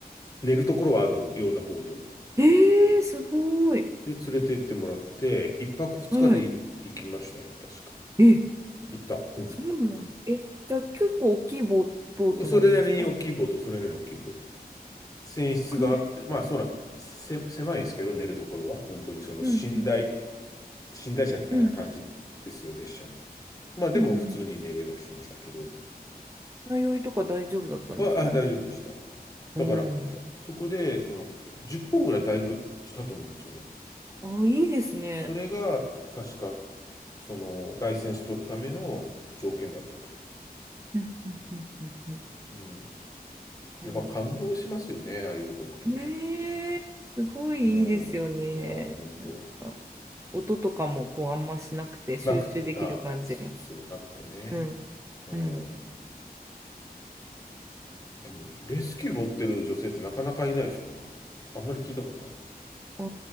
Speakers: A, on the left; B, on the right.
A: 寝るところはあるようなボート
B: えー、すごい。
A: で連れて行ってもらって、一泊二日でい行きましたよ、
B: はい。
A: 確か。
B: え、
A: 行った。うん。
B: そうなの。え、じゃあ結構大きいボ、ボートなんですか
A: それなりに大きいボート、それなりに大きいボート。船室があって、
B: く、うん
A: まあ、そうな、せ、狭いんですけど、寝るところは。本当にその寝台、
B: うん。うん
A: 寝台車みたいな感じですよ、
B: うん
A: 列車の。まあ、でも普通に寝れはしましたけど、
B: うんうん。船いとか大丈夫だったんですか
A: あ、あ、大丈夫でした。
B: おお
A: だから、そこで、その、10本ぐらいだいぶしたと思うんですよね。
B: ー。あ、いいですね。
A: それが、た確か、その、ライセンス取るための条件だったと。
B: うんうんうんうんうん。す
A: うん。
B: ごい。
A: やっぱ感動しますよね、ああいうとこ行くとね。
B: ねえ、すごいいいですよね。
A: うん。いや、本当
B: なんか、音とかもこうあんましなくて集中できる感じが。
A: なく、あ、そうそう、なくてね。
B: うん、
A: うん。
B: うん。
A: でも、レスキュー持ってる女性ってなかなかいないですよね。あんまり聞いたことない。
B: あ